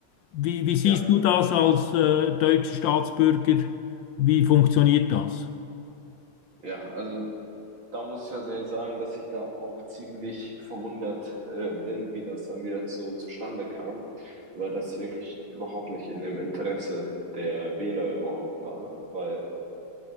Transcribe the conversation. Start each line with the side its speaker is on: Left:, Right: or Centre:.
Left: Wie, wie siehst
Right: Ja,
Left: du das als äh, deutscher Staatsbürger? Wie funktioniert das?
Right: Ja, also da muss ich tatsächlich sagen, dass ich da auch ziemlich verwundert äh, bin, wie das dann wieder so zustande kam, weil das wirklich überhaupt nicht in dem Interesse der Wähler überhaupt war, weil